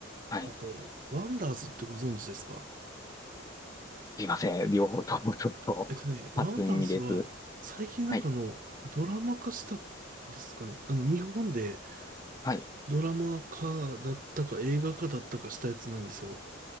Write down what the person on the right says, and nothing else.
あと、ワンダーズってご存知ですか
えっとね、ワンダーズは、
最近なんかあの、
ドラマ化したんですかね。あの、日本で
ドラマ化だったか映画化だったかしたやつなんですよ。